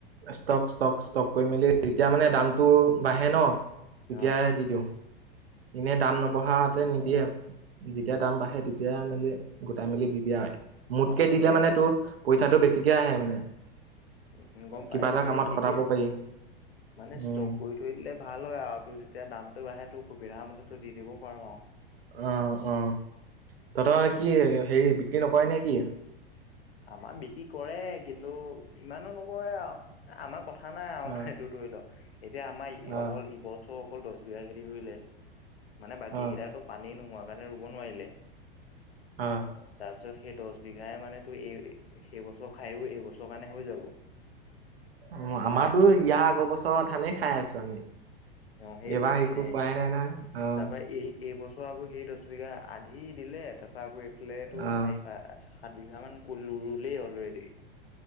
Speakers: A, on the right (about 80°); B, on the left (about 90°).
A: ষ্টক ষ্টক ষ্টক কৰি মেলি যেতিয়া মানে দামটো বাঢ়ে ন তেতিয়
B: অ
A: দি দিওঁ। এনে দাম নবঢ়াতে নিদিয়ে। যেতিয়া দাম বাঢ়ে তেতিয়া মেলি গোটাই মেলি দি দিয়া হয়। মোতকে
B: অ অ
A: দিলে
B: তেতিয়া
A: মানে তোৰ পইচাটো বেছিকে আহে মানে।
B: উ', গম
A: কিবা
B: পাইছো
A: এটা
B: দে
A: কামত
B: ঠিকেই
A: খটাব
B: আছে।
A: পাৰি
B: মানে
A: উম
B: ষ্টক কৰি ঠই দিলে ভাল হয় আৰু তোৰ যেতিয়া দামটো বাঢে তোৰ সুবিধা মতে তই দি দিব পাৰো আৰু।
A: অ' অ' তহঁতৰ কি হেৰি বিক্ৰী নকৰে নে কি?
B: আমাৰ বিক্ৰী কৰে কিন্তু ইমানো নকৰে আৰু। আমাৰ কথা নাই আৰু
A: অ
B: এইটো ধৰি লও, এতিয়া আমাৰ
A: অ
B: অকল ইবছ অকল দহ বিঘা খেতি কৰিলে, মানে বাকীকেইটো
A: অ
B: পানী নোহোৱা কাৰণে ৰুব নোৱাৰিলে।
A: অ'।
B: তাৰপিছত সেই দহ বিঘাই মানে তোৰ এই, সেইবছৰ খাইও এইবছৰৰ কাৰণে হৈ যাব।
A: অ' আমাৰতো
B: মানে
A: ইয়াৰ আগৰ বছৰ ধানেই খাই আছোঁ আমি।
B: অ সেইটোৱে
A: এইবাৰ
B: মানে
A: একো কৰাই নাই নহয়। অ'।
B: তাৰপা এই এইবছৰ আকৌ সেই দহ বিঘা আধি দিলে তাৰপৰা আকৌ এইফালে তোৰ
A: অ
B: চাৰি পা সাত বিঘামান ক ৰুলেই অলৰেডি।